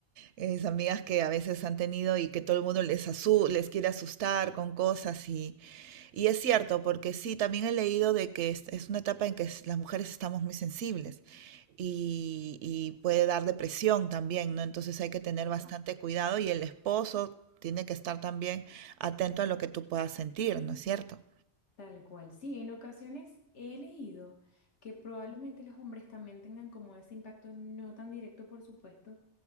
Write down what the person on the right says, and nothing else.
Eh, mis amigas que a veces han tenido y que todo el mundo les, asu- les quiere asustar con cosas y, y es cierto, porque sí, también he leído de que es, es una etapa en que es- las mujeres estamos muy sensibles y, y puede dar depresión también, ¿no? Entonces hay que tener
bastante cuidado y el esposo. Tiene que estar también atento a lo que tú puedas sentir, ¿no es cierto?